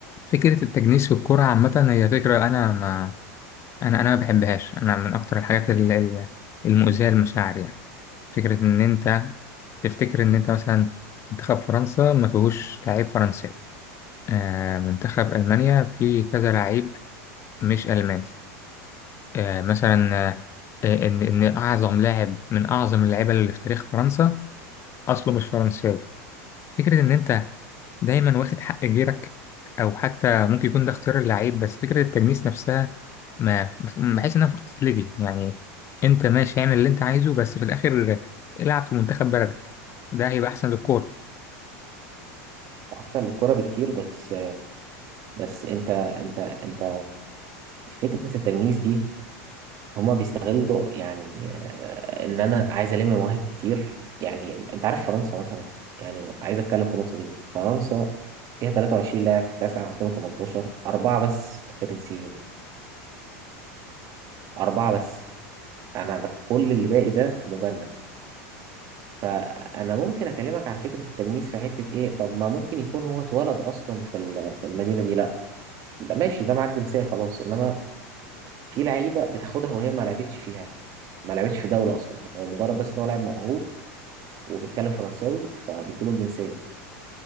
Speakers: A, on the left; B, on the right.
A: فكرة التجنيس في الكرة عامة هي فكرة أنا ما أنا أنا ما بحبهاش أنا من أكتر الحاجات ال- ال- المؤذية للمشاعر يعني فكرة إن أنت تفتكر إن أنت مثلا منتخب فرنسا ما فيهوش لعيب فرنساوي آه منتخب ألمانيا فيه كذا لعيب مش ألماني آه مثلا آه إن إن أعظم لاعب من أعظم اللعيبة اللي في تاريخ فرنسا أصله مش فرنساوي فكرة إن أنت دايما واخد حق جيرك أو حتى ممكن يكون ده اختيار اللعيب بس فكرة التجنيس نفسها ما بحس إنها فرصة تتلغي يعني أنت ماشي اعمل اللي أنت عايزه بس في الآخر العب في منتخب بلدك ده هيبقى أحسن للكورة
B: احسن للكرة بكتير بس بس انت انت انت فكرة التجنيس دي هما بيستغلوا يعني آه، ان انا عايز الم مواهب كتير يعني انت عارف فرنسا مثلا يعني عايز اتكلم في النقطة دي فرنسا فيها 23 لاعب في كأس العالم 2018 أربعة بس فرنسيين أربعة بس أنا بك- كل اللي باقي ده مجنس فأنا ممكن أكلمك عن فكرة التجنيس في حتة إيه طب ما ممكن يكون هو اتولد أصلا في ال- في المدينة دي لأ ده ماشي ده معاك جنسية خلاص إنما في لعيبه بتاخدها وهي ما لعبتش فيها ما لعبتش في دوله اصلا هو مجرد بس ان هو لاعب موهوب وبيتكلم فرنساوي فبيدوله الجنسيه